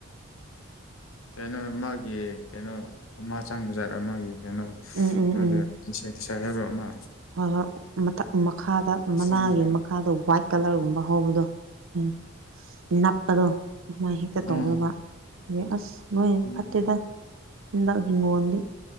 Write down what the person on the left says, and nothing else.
ꯀꯩꯅꯣ ꯃꯥꯒꯤ ꯀꯩꯅꯣ ꯑꯃ ꯆꯡꯕꯖꯥꯠꯔ ꯃꯥꯒꯤ ꯀꯩꯅꯣ
ꯃꯣꯏꯒꯤ
ꯏꯟꯁꯦꯛꯇꯤꯁꯥꯏꯇ ꯍꯥꯏꯕ꯭ꯔꯥ ꯑꯃ
ꯆꯪꯕꯅꯦ
ꯎꯝ
ꯎꯝ